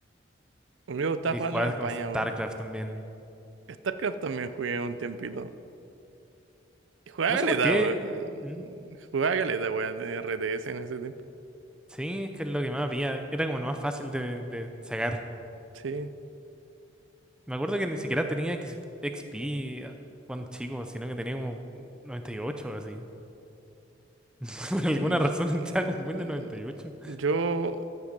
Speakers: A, on the right; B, in the centre.
A: A mí me gustaba
B: Y
A: jugar
B: jugaba
A: la campaña,
B: como StarCraft también.
A: StarCraft también jugué un tiempito. Jugaba
B: No
A: galeta,
B: sé por qué.
A: weón.
B: mm,
A: Jugaba galeta, weón, de RTS en ese tiempo.
B: Sí, es que es lo que más había. Era como lo más fácil de, de sacar.
A: Sí.
B: Me acuerdo que ni siquiera tenía X- XP cuando chico, sino que tenía como 98 o así. <laughs> Por
A: Y-
B: alguna razón <laughs> estaba con Windows 98.
A: Yo,